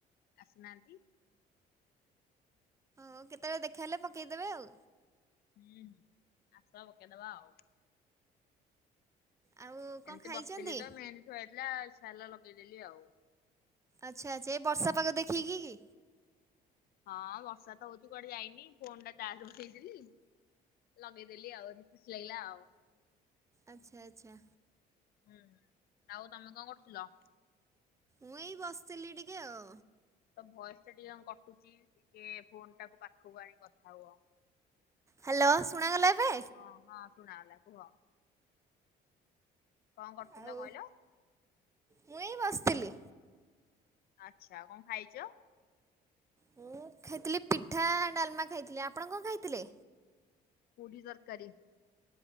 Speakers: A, on the left (about 65°); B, on the right (about 15°).
A: ଆସୁନାହାନ୍ତି?
B: ହ କେତେବେଳେ ଦେଖାହେଲେ ପକେଇଦେବେ ଆଉ।
A: ହୁଁ ହୁଁ। ଆସ ପକେଇଦବା ଆଉ।
B: ଆଉ କଣ
A: ଏମିତି
B: ଖାଇଛନ୍ତି?
A: ବସିଥିଲି ତ ମେହେନ୍ଦୀ ଥୁଆ ହେଇଥିଲା, ଇଚ୍ଛା ହେଲା ଲଗେଇଦେଲି ଆଉ।
B: ଆଛା ଆଛା ଏ ବର୍ଷା ପାାଗ ଦେଖିକି କି
A: ହଁ ବର୍ଷା ତ ହଉଚି କୁଆଡେ ଯାଇନି। ଫୋନ ଟା ଚାର୍ଜ ବସେଇଥିଲି। ଲଗେଇଦଲି ଆଉ, ଏମିତି ଖୁସି ଲାଗିଲା ଆଉ।
B: ଆଚ୍ଛା ଆଚ୍ଛା।
A: ହୁଁ ଆଉ ତମେ କଣ କରୁଥିଲ?
B: ମୁଁ ଏଇ ବସିଥିଲି ଟିକେ ଆଉ।
A: ତ ଭଏସ ଟା ଟିକେ କଣ କଟୁଛି। ଟିକେ ଫୋନ ଟାକୁ ପାଖକୁ ଆଣି କଥା ହୁଅ।
B: ହ୍ୟାଲୋ ଶୁଣା ଗଲା ଏବେ?
A: ହଁ ହଁ ଶୁଣାଗଲା କୁହ। କଣ କରୁଥିଲ
B: ଆଉ
A: କହିଲ?
B: ମୁଁ ଏଇ ବସିଥିଲି।
A: ଆଚ୍ଛା କଣ ଖାଇଛ?
B: ମୁଁ ଖାଇଥିଲି ପିଠା ଡାଲମା ଖାଇଥିଲି। ଆପଣ କଣ ଖାଇଥିଲେ?
A: ପୁରୀ ତରକାରୀ।